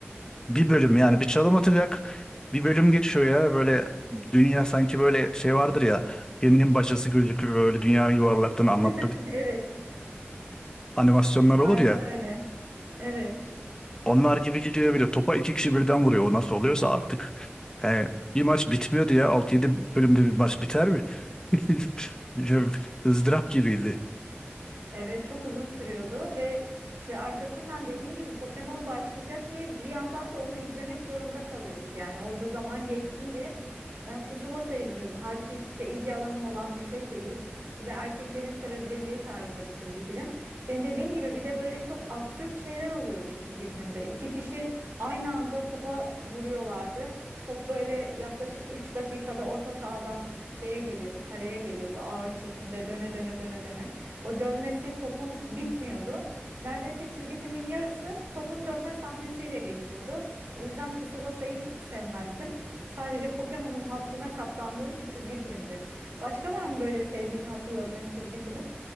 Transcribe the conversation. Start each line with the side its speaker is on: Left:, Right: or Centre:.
Left: bir bölüm yani bir çalım atacak bir bölüm geçiyor ya. Böyle dünya sanki böyle şey vardır ya geminin bacası gözükür böyle dünyanın yuvarlaklığını anlatmak
Right: <laughs> Evet.
Left: animasyonlar olur
Right: Aynen
Left: ya.
Right: öyle. Evet.
Left: Onlar gibi gidiyor bir de topa iki kişi birden vuruyor. O nasıl oluyorsa artık. He, bir maç bitmiyor diye 6 yedi bölümde bir maç biter mi? <laughs> ızdırap gibiydi.
Right: Evet çok uzun sürüyordu ve işte arkasından dediğim gibi Pokemon başlayacak diye bir yandan da onu izlemek zorunda kalıyorduk. Yani orada zaman geçsin diye ben Tsubasa izliyordum. Halbuki hiç de ilgi alanım olan bir şey değil. Bir de erkeklerin sevebileceği tarzda bir çizgi film. Senin dediğin gibi bir de böyle çok absürt şeyler oluyordu çizgi filmde. İki kişi aynı anda topa vuruyorlardı. Top böyle yaklaşık 3 dakikada orta sahadan şeye geliyordu, kaleye geliyordu ağır çekimde döne döne döne döne. O dönmesi topun bitmiyordu. Neredeyse çizgi filmin yarısı topun dönme sahnesiyle geçiyordu. O yüzden Tsubasa'yı hiç sevmezdim. Sadece Pokemon'un hatırına katlandığım bir çizgi filmdi. Başka var mı böyle sevdiğin, hatırladığın çizgi film?